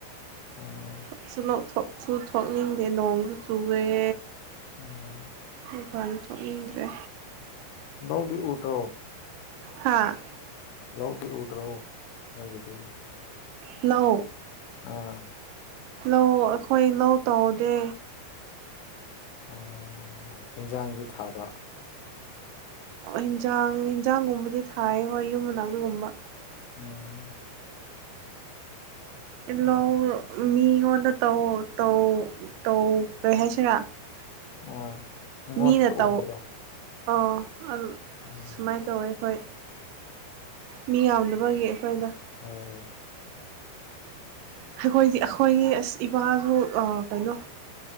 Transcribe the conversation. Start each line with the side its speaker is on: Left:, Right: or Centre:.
Left: ꯎꯝ
Right: ꯊꯣꯛ ꯁꯨꯅꯣꯛ ꯊꯣꯛꯁꯨ ꯊꯣꯛꯅꯤꯡꯗꯦ ꯅꯣꯡꯗꯨ ꯆꯨꯨꯔꯦ
Left: ꯎꯝ
Right: ꯃꯄꯥꯟ ꯊꯣꯛꯅꯤꯡꯗ꯭ꯔꯦ
Left: ꯅꯧꯗꯤ ꯎꯊꯣ
Right: ꯍꯥꯥ
Left: ꯂꯧꯗꯤ ꯎꯗ꯭ꯔꯣ ꯅꯣꯏꯒꯤꯗꯤ
Right: ꯂꯧ
Left: ꯑꯥ
Right: ꯂꯧ ꯑꯩꯈꯣꯏ ꯂꯧ ꯇꯧꯗꯦ
Left: ꯑꯣ ꯍꯤꯟꯖꯥꯡꯗꯤ ꯊꯥꯕ
Right: ꯑꯣ ꯏꯟꯖꯥꯡ ꯌꯦꯟꯖꯥꯡꯒꯨꯝꯕꯗꯤ ꯊꯥꯏ ꯍꯣꯏ ꯌꯨꯝ ꯃꯅꯥꯛ ꯑꯗꯨꯒꯨꯝꯕꯥ
Left: ꯎꯝ
Right: ꯇꯤꯜꯂꯣ
Left: ꯍꯣꯏꯗ
Right: ꯃꯤꯉꯣꯟꯗ ꯇꯧ ꯇꯧ ꯇꯧ ꯀꯔꯤ ꯍꯥꯏꯁꯤꯔꯥ
Left: ꯑꯥ ꯃꯤꯉꯣꯟꯗ
Right: ꯃꯤꯅ
Left: ꯎꯍꯟꯕꯗꯣ
Right: ꯇꯧ ꯑ ꯑꯗꯨ
Left: ꯎꯝ
Right: ꯁꯨꯃꯥꯏ ꯇꯧꯋꯦ ꯑꯩꯈꯣꯏ ꯃꯤ ꯌꯥꯝꯗꯕꯒꯤ ꯑꯩꯈꯣꯏꯗꯣ
Left: ꯍꯣꯏ
Right: ꯑꯩꯈꯣꯏꯗꯤ ꯑꯩꯈꯣꯏꯅꯤ ꯑꯁ ꯏꯄꯥꯖꯨ ꯑ ꯀꯩꯅꯣ